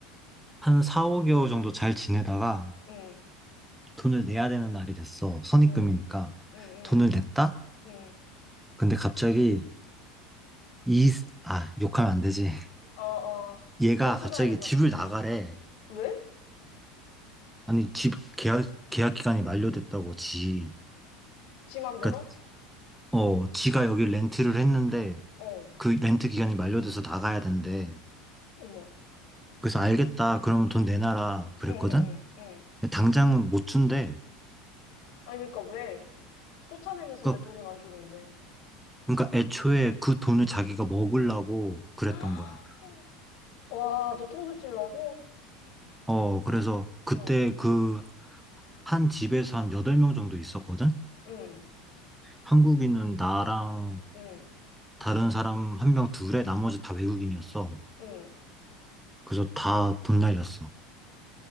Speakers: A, in the centre; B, on the left.
A: 한 4, 5개월 정도 잘 지내다가
B: 음,
A: 돈을 내야 되는 날이 됐어. 선입금이니까.
B: 음, 음, 음,
A: 돈을 냈다?
B: 음,
A: 근데 갑자기 이, 아, 욕하면 안 되지.
B: 어, 어,
A: 얘가
B: 좀 수다해서.
A: 갑자기 집을 나가래.
B: 왜?
A: 아니, 집 계약, 계약 기간이 만료됐다고, 지.
B: 지 맘대로?
A: 그니까, 어, 지가 여기 렌트를 했는데,
B: 어,
A: 그 렌트 기간이 만료돼서 나가야 된대.
B: 어머,
A: 그래서 알겠다. 그럼 돈 내놔라. 그랬거든?
B: 응, 응, 응, 응.
A: 근데 당장은 못 준대.
B: 아니, 그러니까 왜? 쫓아내면서
A: 그니까,
B: 왜 돈은 안 주는데?
A: 그니까 애초에 그 돈을 자기가 먹으려고 그랬던
B: <gasps>
A: 거야.
B: 와, 너 통수 찔라고
A: 어, 그래서 그때
B: 응,
A: 그 한 집에서 한 8명 정도 있었거든?
B: 응,
A: 한국인은 나랑
B: 응,
A: 다른 사람 한 명 둘에 나머지 다 외국인이었어.
B: 응.
A: 그래서 다 돈 날렸어.